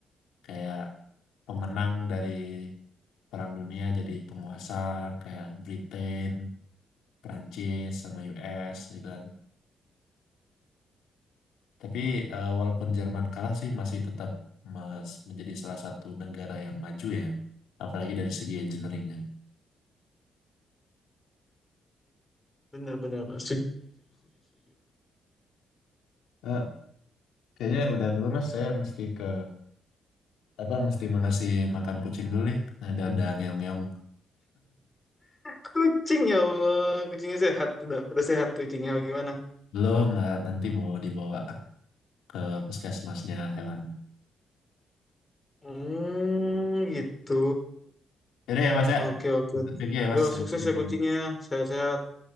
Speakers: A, on the left; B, on the left.
A: kayak pemenang dari Perang Dunia jadi penguasa kayak Britain, Prancis sama US gitu kan. Tapi eh, walaupun Jerman kalah sih masih tetap mas menjadi salah satu negara yang maju ya, apalagi dari segi engineeringnya.
B: Bener-bener.
A: Eh, kayaknya udah dulu mas, saya mesti ke apa mesti mengasih makan kucing dulu nih. Ada ada ngeong-ngeong
B: Kucing ya Allah. Kucingnya sehat. Udah, udah sehat kucingnya. Gimana?
A: belum lah, nanti bawa dibawa ke puskesmasnya hewan.
B: Hmm, gitu.
A: Jadi ya mas ya,
B: Oke, oke.
A: thank you ya mas,
B: Yo,
A: saya
B: sukses
A: cari-cari.
B: ya kucingnya. Sehat-sehat.